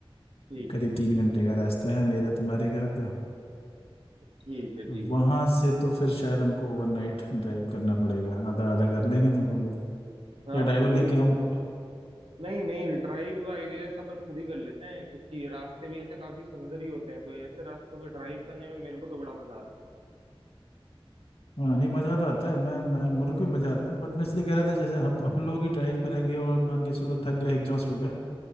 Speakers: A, on the right; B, on the left.
A: ठीक
B: करीब
A: है
B: तीन घंटे का रास्ता है मेरे तुम्हारे घर का
A: ठीक है ठीक
B: और
A: है
B: वहां से तो फिर शायद हमको ओवरनाइट ड्राइव करना पड़ेगा आधा आधा कर लेंगे दोनों लोग
A: हाँ
B: या ड्राइवर
A: बिल्कुल
B: लेके आऊँ बताओ।
A: नहीं नहीं ड्राइव आई गेस अपन खुद ही कर लेते हैं क्योंकि रास्ते भी ऐसे काफी सुंदर ही होते हैं तो ऐसे रास्तों पे ड्राइव करने में मेरे को तो बड़ा मजा आता
B: हाँ नहीं मज़ा तो आता है मैं मैं मेरे को भी मज़ा आता है बट मैं इसलिए कह रहा था जैसे हम हम लोग ही ड्राइव करेंगे और मान के चलो थक गए एग्जॉस्ट हो गए